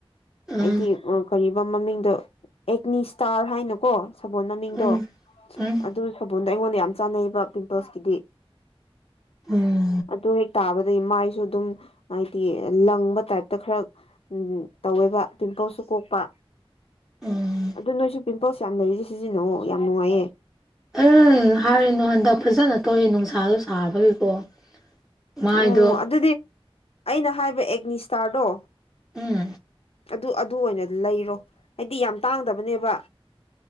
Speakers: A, in the centre; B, on the left (about 75°).
A: ꯎꯝ
B: ꯍꯥꯏꯗꯤ ꯑꯥ ꯀꯔꯤꯕ ꯃꯃꯤꯡꯗꯣ ꯑꯦꯛꯅꯤ ꯁ꯭ꯇꯥꯔ ꯍꯥꯏꯅꯀꯣ ꯁꯕꯣꯟ ꯃꯃꯤꯡꯗꯣ
A: ꯎꯝ ꯎꯝ
B: ꯑꯗꯨ ꯁꯕꯣꯟꯗꯣ ꯑꯩꯉꯣꯟꯗ ꯌꯥꯝ ꯆꯥꯟꯅꯩꯌꯦꯕ ꯄꯤꯝꯄꯜꯁꯀꯤꯗꯤ
A: ꯎꯝ
B: ꯑꯗꯨ ꯍꯦꯛ ꯇꯥꯕ ꯑꯗꯩ ꯃꯥꯏꯁꯨ ꯑꯗꯨꯝ ꯍꯥꯏꯗꯤ ꯂꯪꯕ ꯇꯥꯏꯞꯇ ꯈꯔ ꯎꯝ ꯇꯧꯋꯦꯕ ꯄꯤꯝꯄꯜꯁꯨ ꯀꯣꯛꯄ
A: ꯎꯝ
B: ꯑꯗꯨ ꯅꯣꯏꯁꯨ ꯄꯤꯝꯄꯜꯁ ꯌꯥꯝ ꯂꯩꯔꯗꯤ ꯁꯤꯖꯤꯟꯅꯧꯋꯣ ꯌꯥꯝ ꯅꯨꯡꯉꯥꯏꯌꯦ
A: ꯑ ꯍꯥꯏꯔꯤꯅꯣ ꯍꯟꯗꯛ ꯐꯖꯅ ꯊꯣꯛꯑꯦ ꯅꯨꯡꯁꯥꯗꯣ ꯁꯥꯕꯒꯤꯀꯣ ꯃꯥꯏꯗꯣ
B: ꯎꯝ ꯑꯗꯨꯗꯤ ꯑꯩꯅ ꯍꯥꯏꯕ ꯑꯦꯛꯅꯤ ꯁ꯭ꯇꯥꯔꯗꯣ
A: ꯎꯝ
B: ꯇꯨ ꯑꯗꯨ ꯑꯣꯏꯅ ꯂꯩꯔꯣ ꯍꯥꯏꯗꯤ ꯌꯥꯝ ꯇꯥꯡꯗꯕꯅꯦꯕ